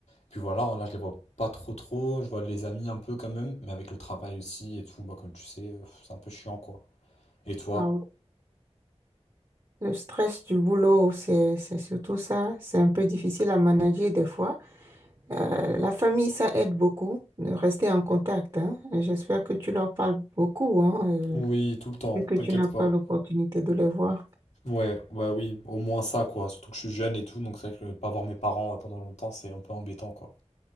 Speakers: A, on the left; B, on the right.
A: Puis voilà, hein, là, je les vois pas trop trop. Je vois les amis un peu quand même, mais avec le travail aussi et tout, bah comme tu sais, euh, c'est un peu chiant, quoi. Et toi?
B: Ah oui. le stress du boulot, c'est c'est surtout ça, c'est un peu difficile à manager des fois. Euh, la famille, ça aide beaucoup de rester en contact, hein. Et J'espère que tu leur parles beaucoup, hein, euh,
A: Oui, tout le temps,
B: vu que
A: t'inquiète
B: tu n'as pas
A: pas.
B: l'opportunité de les voir.
A: Ouais, ouais, oui, au moins ça, quoi. Surtout que je suis jeune et tout, donc c'est vrai que euh, pas voir mes parents euh, pendant longtemps, c'est un peu embêtant, quoi.